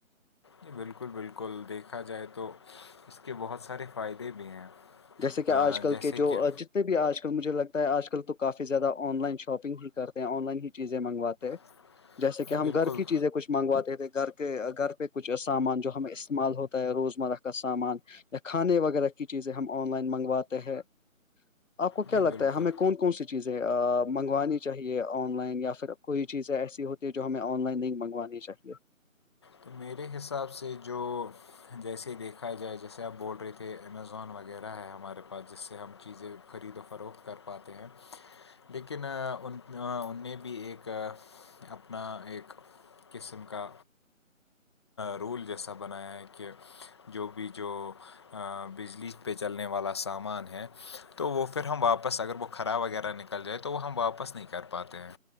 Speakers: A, on the left; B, on the left.
A: ج بالکل بالکل دیکھا جائے تو اس کے بہت سارے فائدے بھی ہیں
B: جیسے کہ
A: آ،
B: آج کل
A: جیسے
B: کے جو
A: کہ
B: اج بھی آج کل مجھے لگتا ہے آج کل تو کافی زیادہ آن لائن شاپنگ ہی کرتے ہیں آن لائن ہی چیزیں منگواتے ہیں
A: <inaudible>
B: جیسے کہ ہم
A: بالکل
B: گھر کی چیزیں کچھ منگواتے تھے گھر کہ گھر پہ کچھ سامان جو ہمیں استعمال ہوتا ہے روزمرہ کا سامان یا کھانے وغیرہ کی چیزیں ہم آن لائن منگواتے ہیں آپ کو کیا
A: جی
B: لگتا
A: بالکل
B: ہے ہمیں کون کون سی چیزیں منگوانی چاہیے آن لائن یا پھر کوئی چیزیں ایسی ہوتی جو ہمیں آن لائن نہیں منگوانی چاہیے
A: تو میرے حساب سے جو جیسے دیکھا جائے جیسے آپ بول رہے تھے امیزون وغیرہ ہے ہمارے پاس جس سے ہم چیزیں خرید و فروخت کر پاتے ہیں لیکن ان ان نے بھی ایک اپنا ایک قسم کا رول جیسا بنایا ہے کہ جو بھی جو بجلی پہ چلنے والا سامان ہے تو وہ پھر ہم واپس اگر وہ خراب وغیرہ نکل جائے تو وہ ہم واپس نہیں کر پاتے ہیں